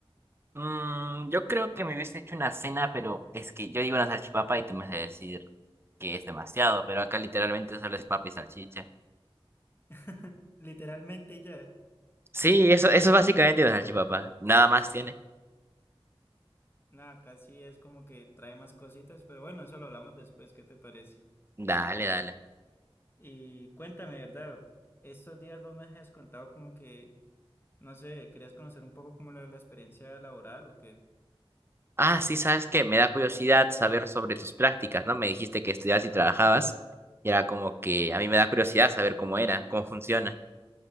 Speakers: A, on the right (about 25°); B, on the left (about 20°).
A: Mm, yo creo que me hubiese hecho una cena, pero es que yo digo una salchipapa y tú me vas a decir que es demasiado, pero acá literalmente solo es papa y salchicha.
B: <laughs> Literalmente ya.
A: Sí, eso, eso es básicamente una salchipapa, nada más tiene.
B: Nada, casi es como que trae más cositas, pero bueno, eso lo hablamos después, ¿qué te parece?
A: Dale, dale.
B: Y cuéntame, ¿verdad? Estos días vos me has contado como que, no sé, querías conocer un poco como la, la experiencia laboral o qué.
A: Ah, sí, sabes que me da curiosidad saber sobre tus prácticas, ¿no? Me dijiste que estudiabas y trabajabas, y era como que a mí me da curiosidad saber cómo era, cómo funciona.